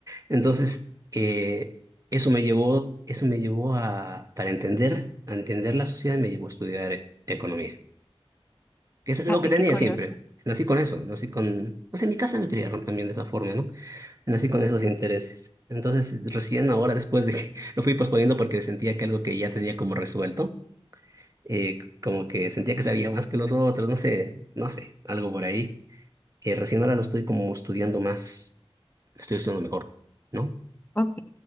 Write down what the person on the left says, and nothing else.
Fíjate,
qué curioso.
Ok.